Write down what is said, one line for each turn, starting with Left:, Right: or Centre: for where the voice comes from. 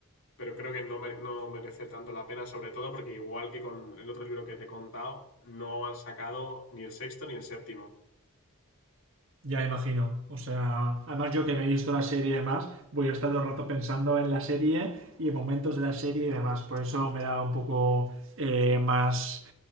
Left: pero creo que no, me- no merece tanto la pena, sobre todo porque igual que con el otro libro que te he contado, no han sacado ni el sexto ni el séptimo.
Right: Ya imagino. O sea, además yo que me he visto la serie y demás, voy a estar todo el rato pensando en la serie y en momentos de la serie y demás. Por eso me da un poco eh, más,